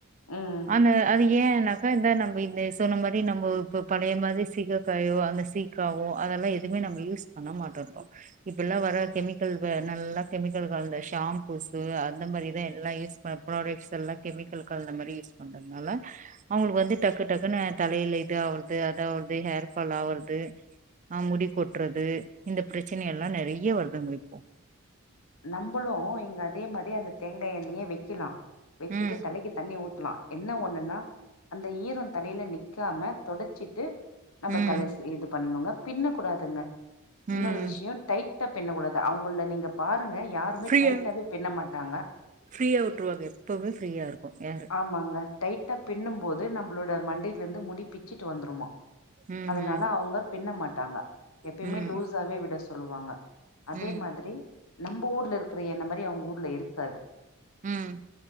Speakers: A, on the left (about 85°); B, on the right (about 35°).
A: ம்
B: அந்த அது ஏ இன்னாக்கா இந்த நம்ம இந்த சொன்ன மாரி நம்ம இப்போ பழைய மாரி சீயக்கா கயோ அந்த சிக் க்காவோ அதெல்லா எதுவுமே நம்ம யூஸ் பண்ண மாட்டோ இன்டோ இப்பல்லா வர கெமிக்கல் நல்லா கெமிக்கல் கலந்த ஷாம்பூஸ்சு அந்த மாரிதா எல்லா யூஸ் பர் ப்ராடக்ட்ஸ் எல்லா கெமிக்கல் களந்தா மாரி யூஸ் பண்றதுனால அவுங்களுக்கு வந்து டக்கு டக்குன்னு தலையில இது ஆவரது அது ஆவரது ஹேர் ஃபால் ஆவறது ஆ முடி கொட்றது இந்த பிரச்சன எல்லா நெறைய வருதுங்க இப்போ
A: நம்பளு இங்க அதே மாரி அந்த தேங்கா எண்ணைய வெக்கலா வெச்சிட்டு
B: ம்
A: தலைக்கு தண்ணி ஊத்தலா என்ன ஒன்னுன்னா அந்த ஈரோ தலையில நிக்காம தொடச்சிட்டு நம்ம
B: ம்
A: தலைசீ இது பண்ணணுங்க பின்ன கூடாதுங்க
B: ம்
A: இன்னொரு விஷயோ டைட் டைட்டா பின்னக்கூடாது அவுங்கல நீங்க பாருங்க யாருமே
B: ஃப்ரீயா
A: டைட்டாவே பிண்ண மாட்டாங்க
B: ஃப்ரீயா விட்ருவாங்க எப்பவுமே ஃப்ரீயா இருக்கு ஹேரு
A: ஆமாங்க டைட்டா பின்னும் போது நம்மளோட மண்டையிலில இருந்து முடி பிச்சுட்டு வந்துருமா
B: ம்
A: அதனால
B: ம்
A: அவுங்க பின்ன மாட்டாங்க எப்பயுமே
B: ம்
A: லூஸாவே விட சொல்லு சொல்லு வாங்க அதே
B: ம்
A: மாதிரி நம்ம ஊர்ல இருக்குற எண்ணெய் மாரி அவுங்க ஊர்ல இருக்காது
B: ம்